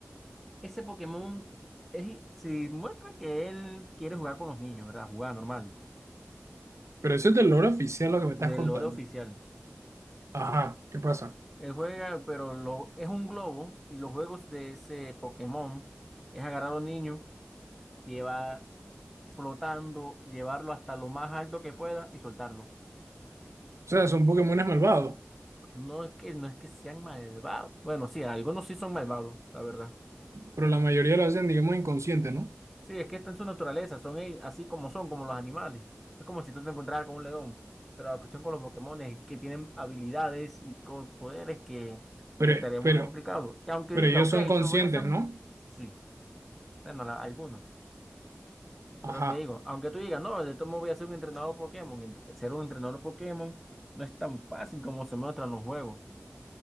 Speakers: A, in the centre; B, on the right.
A: Ese Pokémon es, si muestra que él quiere jugar con los niños, ¿verdad? Jugar normal,
B: Pero eso es del lore oficial lo que me estás
A: del
B: contando.
A: lore oficial.
B: Ajá, ¿qué pasa? O
A: Él juega, pero lo, es un globo y los juegos de ese Pokémon es agarrar a los niños llevar flotando, llevarlo hasta lo más alto que pueda y soltarlo.
B: sea, son Pokémones malvados,
A: No es que, no es que sean malvados. Bueno, sí, algunos sí son malvados, la verdad.
B: pero la mayoría lo hacen, digamos, inconsciente, ¿no?
A: Sí, es que está en su naturaleza, son ellos así como son, como los animales. Es como si tú te encontraras con un león. Pero la cuestión con los Pokémon es que tienen habilidades y co- poderes que
B: Pero,
A: estaría muy
B: pero,
A: complicado. Y aunque
B: pero
A: diga,
B: ellos
A: ok,
B: son
A: eso
B: conscientes,
A: voy a hacer un...
B: ¿no?
A: Sí, bueno, la- algunos.
B: Ajá,
A: Pero te digo, aunque tú digas, no, de todo modo voy a ser un entrenador Pokémon, ent- ser un entrenador Pokémon no es tan fácil como se muestra en los juegos.